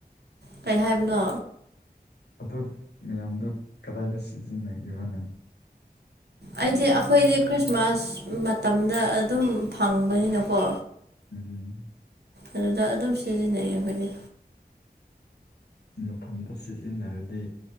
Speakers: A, on the right (about 75°); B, on the left (about 85°).
A: ꯀꯔꯤ ꯍꯥꯏꯕꯅꯣ
B: ꯑꯗꯨ ꯃꯌꯥꯝꯗꯨ ꯀꯗꯥꯏꯗ ꯁꯤꯖꯤꯟꯅꯒꯦꯕꯅꯃꯤ
A: ꯑꯩꯗꯤ ꯑꯩꯈꯣꯏꯗꯤ ꯈ꯭ꯔꯤꯁꯃꯥꯁ ꯃꯇꯝꯗ ꯑꯗꯨꯝ ꯐꯪꯕꯅꯤꯅꯀꯣ
B: ꯎꯝ
A: ꯑꯗꯨꯗ ꯑꯗꯨꯝ ꯁꯤꯖꯤꯟꯅꯩꯌꯦ ꯑꯩꯈꯣꯏꯒꯤ
B: ꯃꯊꯗ ꯁꯤꯖꯤꯟꯅꯔꯗꯤ